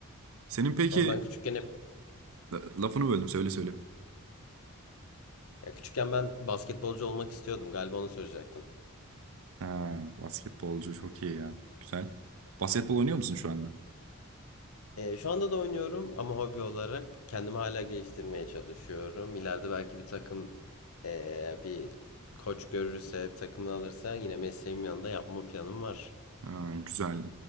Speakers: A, on the right; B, on the left.
A: Senin peki
B: ama ben küçükken hep
A: la- lafını böldüm söyle söyle.
B: Ya küçükken ben basketbolcu olmak istiyordum. Galiba onu söyleyecektin.
A: Ha, basketbolcu çok iyi ya. Güzel. Basketbol oynuyor musun şu anda?
B: Ee, şu anda da oynuyorum ama hobi olarak kendimi hala geliştirmeye çalışıyorum. İleride belki bir takım ee, bir koç görürse, takımını alırsa yine mesleğim yanında yapma planım var.
A: Ha, güzel.